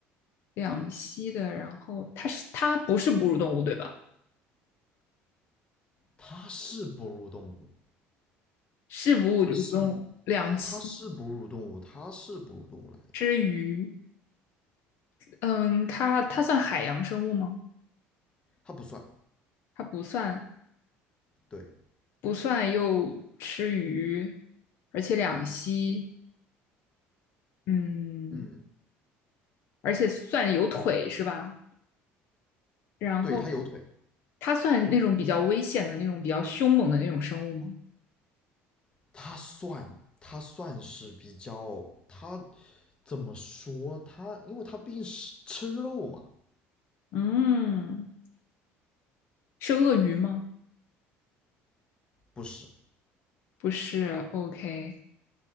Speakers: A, on the left; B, on the left.
A: 两栖的，然后它是它不是哺乳动物对吧？
B: 它是哺乳动物，
A: 是哺乳动物，
B: 它是
A: 两栖
B: 它是哺乳动物，它是哺乳动物来的，
A: 吃鱼。嗯，它它算海洋生物吗？
B: 它不算。
A: 它不算。
B: 对，
A: 不算又吃鱼，而且两栖，嗯，
B: 嗯，
A: 而且算有腿是吧？然后
B: 对，它有腿，
A: 它算那种比较危险的那种、比较凶猛的那种生物吗？
B: 他算他算是比较他怎么说他，因为他毕竟是吃肉嘛，
A: 嗯，是鳄鱼吗？
B: 不是？
A: 不是，OK，